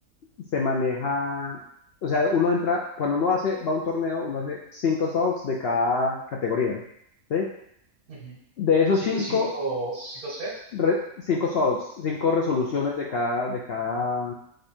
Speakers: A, on the left; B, on the right.
A: se maneja, o sea, uno entra, cuando uno hace, va a un torneo, uno hace cinco solves de cada categoría, ¿sí?
B: Ujú,
A: De esos
B: Cinco,
A: cinco,
B: cinco, cinco sets.
A: re- cinco solves, cinco resoluciones de cada, de cada